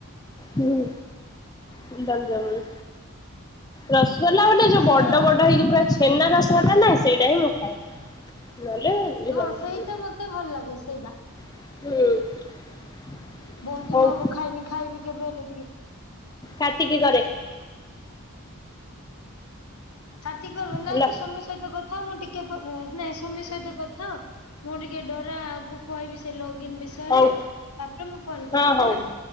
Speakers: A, on the left; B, on the left.
A: ହୁଁ, ଗୁଲାବ୍ ଜାମୁନ୍। ରସ୍ ଗୋଲା ବଲେ ଯଉ
B: ହଁ
A: ବଡ ବଡ ହେଇକି ପୁରା ଛେନା ରସ୍ ଛେନା ନାହିଁ, ସେଇଟା ହିଁ ମୁଁ ଖାଏ। ନହେଲେ ଗୁଲାପ
B: ହଁ
A: ଜାମୁନ
B: ସେଇଟା ମତେ ଭଲ ଲାଗେ ସେଇଟା।
A: ହୁଁ।
B: ବହୁତ୍ ଦିନ
A: ହଉ
B: ହବ ଖାଇନି, ଖାଇବି କେବେ ହେଲେ ଟିକେ।
A: କାଟି କି କରେ।
B: କାଟିକି କରିବୁ, ନାଇଁ
A: ହେଲା
B: ତୁ ସୁମି ସହିତ କଥା ହ। ମୁଁ ଟିକେ ପ ନେ ସୁମି ସହିତ କଥା ହ। ମୁଁ ଟିକେ ଡୋରା କୁ କହିବି ସେ ଲଗଇନ୍ ବିଷ୍
A: ହଉ
B: ରେ ତାପରେ ମୁଁ ଫୋନ୍ କରିବି
A: ହଁ ହଉ
B: ହେଲା।